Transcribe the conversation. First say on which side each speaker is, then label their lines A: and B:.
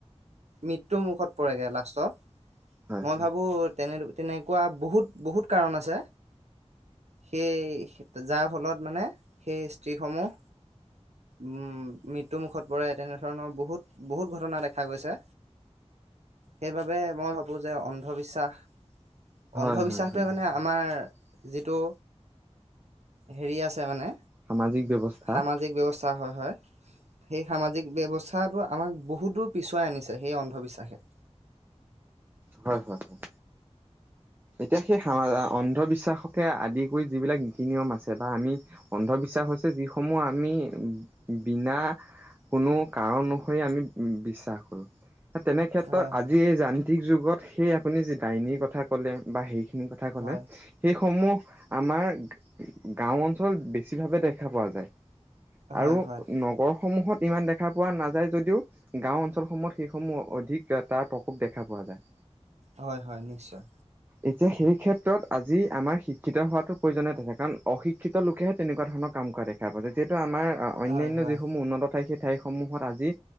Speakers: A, on the right; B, on the right.
A: মৃত্যুৰ মুখত পৰেগৈ লাষ্টত
B: হয়
A: মই ভাবো তেনে তেনেকুৱা বহুত বহুত কাৰণ আছে সেই যাৰ ফলত মানে সেই স্ত্ৰি সমূহ উম মৃত্যুমুখত পৰে তেনেধৰণৰ বহুত বহুত ঘটনা দেখা গৈছে সেইবাবে মই ভাবোঁ যে অন্ধবিশ্বাস
B: হয়
A: অন্ধবিশ্বাসটোৱে
B: হয় হয়
A: মানে
B: হয়
A: আমাৰ যিটো হেৰি আছে মানে
B: সামাজিক ব্যৱস্থা
A: সামাজিক ব্যৱস্থা হয় হয় সেই সামাজিক ব্যৱস্থাটো আমাক বহুত দূৰ পিছোৱাই আনিছে সেই অন্ধবিশ্বাসে
B: হয় হয় হয় এতিয়া সেই অন্ধবিশ্বাসকে আদি কৰি যিবিলাক নীতি নিয়ম আছে বা আমি অন্ধবিশ্বাস হৈছে যিসমূহ আমি বিনা কোনো কাৰণ অনুসৰি আমি বিশ্বাস কৰো তেনেক্ষেত্ৰত
A: হয় হয়
B: আজি এই যান্ত্ৰিক যুগত সেই আপুনি যি ডাইনীৰ কথা বা সেইখিনি কথা কলে
A: হয়
B: সেইসমূহ আমাৰ গাও অঞ্চলত বেছিভাৱে দেখা পোৱা যায়
A: হয়
B: আৰু
A: হয়
B: নগৰসমূহত ইমান দেখা পোৱা নাযায় যদিও গাও অঞ্চলসমূহত সেইসমূহ অধিক তাৰ প্ৰকোপ দেখা পোৱা যায়
A: হয় হয় নিশ্চয়
B: এতিয়া সেই ক্ষেত্ৰত আজি আমাৰ শিক্ষিত হোৱাটো প্ৰয়োজনীয়তা কাৰণ অশিক্ষিত লোকেহে তেনেকুৱা ধৰণৰ কাম কৰা দেখা পোৱা জায় যিহেতু আমাৰ অন্যান্য
A: হয় হয়
B: যিসমূহ উন্নত ঠাই সেই ঠাইসমূহত আজি